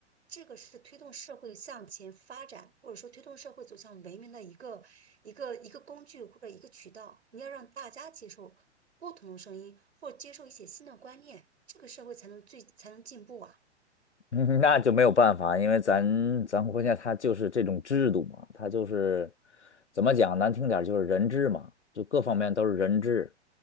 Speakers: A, on the right; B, on the left.
A: 这个是推动社会向前发展，或者说推动社会走向文明的一个一个一个工具或者一个渠道，你要让大家接受不同的声音，或者接受一些新的观念，这个社会才能最才能进步啊。
B: <laughs> 那就没有办法，因为咱咱国家它就是这种制度嘛，它就是怎么讲，难听点儿就是人治嘛，就各方面都是人治，